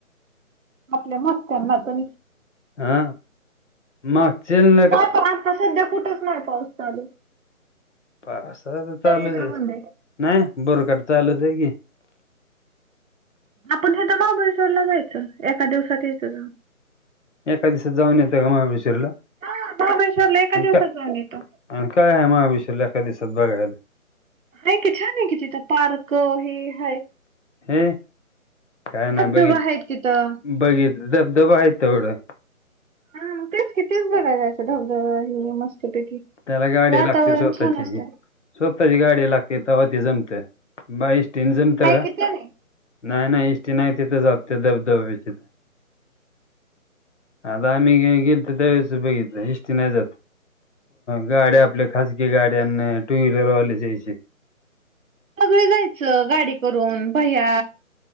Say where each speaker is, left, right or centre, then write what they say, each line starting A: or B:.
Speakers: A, on the right; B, on the left.
A: आपल्या मागच्यांना त
B: हा मागचेन
A: नाही, पण आता सध्या कुठच नाही पाऊस चालू.
B: <unintelligible> तर
A: सगळीकडे
B: चालूच आहे,
A: बंद
B: नाही भुरकाट चालूच आहे की.
A: आपण हितं महाबळेश्वरला जायचं, एका दिवसात यायचं जाऊन.
B: एका दिसात जाऊन येतं का महाबळेश्वरला?
A: हा, महाबळेश्वरला एका
B: आणि
A: दिवसात
B: का
A: जाऊन येतं.
B: आणि काय आहे महाबळेश्वरला एका दिसात बघायला?
A: हाय की, छान हाय की तिथं पार्क हे हाय.
B: हे, काय नाही
A: धबधबा
B: बघित
A: आहेत तिथं.
B: बघितलं धबधबा आहेत तेवढं.
A: हा, तेच की तेच बघाय जायचं धबधबा हे मस् तपैकी,
B: त्याला गाडी
A: वातावरण
B: लागते स्वतःची
A: छान असतं.
B: स्वतःची गाडी लागती तवा ती जमतं, म इष्टीनी जमतं का?
A: किती नाही
B: नाही नाही इष्टी नाही तिथं जात त्या धबधब्यापशी. आता आम्ही गी गेलतो त्यावेळेसच बघितलं, इस्टी नाही जात. गाड्या आपल्या खाासगी गाड्या अन टू व्हीलरवालेच यायची.
A: सगळी जायचं, गाडी करून भैया,